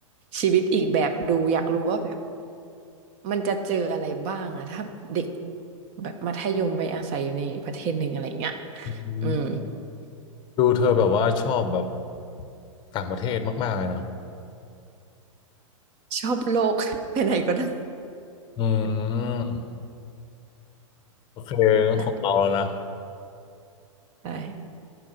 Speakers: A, on the right (about 35°); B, on the left (about 25°).
A: ชีวิตอีกแบบดูอยากรู้ว่าแบบมันจะเจออะไรบ้างอะถ้าเด็ก แบบมัธยมไปอาศัยอยู่ในประเทศหนึ่งอะไรเงี้ย
B: อืม
A: อืม
B: ดูเธอแบบว่าชอบแบบต่างประเทศมากๆเลยเนาะ
A: <coughs> ชอบโลก <laughs> ไปไหนก็ได้
B: อืมโอเคงั้นของเราแล้วนะ
A: ใช่ใช่